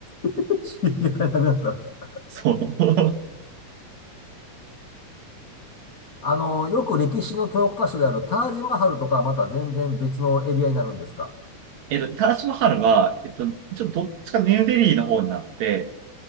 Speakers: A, on the left; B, on the right.
A: 刺激が足りなくなった。
B: そう。
A: あの、よく歴史の教科書であるタージマハルとかはまた全然別のエリアになるんですか
B: えっと、タージマハルは、えっと、ちょっとどっちかニューデリーの方になって、